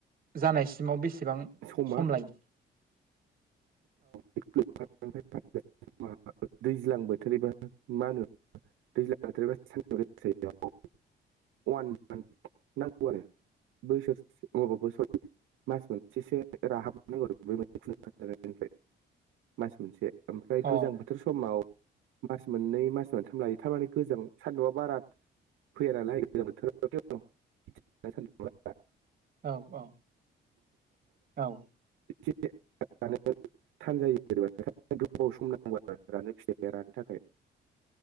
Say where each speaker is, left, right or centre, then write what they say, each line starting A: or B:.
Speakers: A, on the right (about 45°); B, on the right (about 80°).
A: जानायसिमाव बेसे बां
B: समा
A: सम लायो
B: <inaudible> दैज्लां बोथोरबा मा होनो? दैज्लां बोथोरबा <inaudible> वान मान्थ नांगौ आरो बोसोरसे <inaudible> सरि । मास मोनसेसो राहाब नांगौ बै मैखुन ओंखारनायनिफ्राय मास मोनसे । ओमफ्राय
A: औ अ
B: गोजां बोथोर समाव मास मोननै मास मोनथाम लायो । थारमाने गोजों सान्दुंआ बारा फैया नालाय बोथोरावथ' <inaudible>
A: औ औ औ ।
B: <inaudible> थानजायो जेनेबा गोबाव सम नांगौ रानो फिथायाया रानो थाखाय